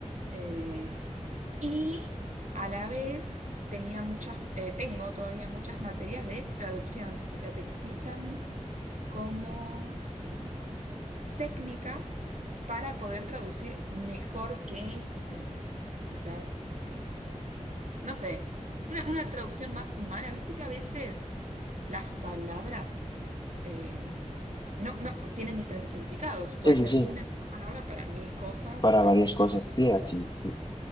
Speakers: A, on the right; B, on the left.
A: Eh, y a la vez tenía muchas, eh, tengo todavía muchas materias de traducción, o sea, te explican cómo em, técnicas para poder traducir mejor que eh, quizás, eh, no sé, una, una traducción más humana. Viste que a veces las palabras eh, no, no, tienen diferentes significados. Puede
B: Sí, sí,
A: ser
B: sí,
A: una misma palabra para mil cosas.
B: para
A: Bueno,
B: varias cosas, sí, así, sí.